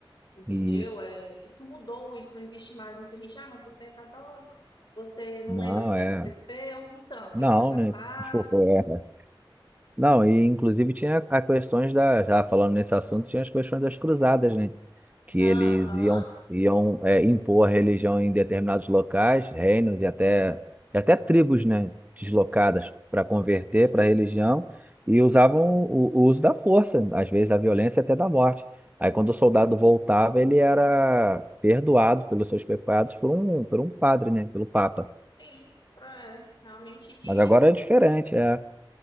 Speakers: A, on the left (about 55°); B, on the right (about 20°).
A: entendeu?
B: Isso.
A: É, isso mudou, isso não existe mais. Muita gente, ah, mas você é católico, você não
B: Não
A: lembra do que
B: é.
A: aconteceu, então,
B: Não,
A: isso é passado.
B: né? <laughs> Tipo, é. Não, e inclusive tinha a questões da, já falando nesse assunto, tinha as questões das cruzadas, né? Que
A: Aham,
B: eles iam, iam é, impor a religião em determinados locais, reinos e até, e até tribos, né? Deslocadas para converter
A: sim,
B: para a religião e usavam o, o uso da força, às vezes a violência até da morte. Aí quando o soldado voltava, ele era perdoado pelos seus pecados por um, por um padre, né? Pelo Papa.
A: sim, é, realmente. E
B: Mas agora é diferente, é.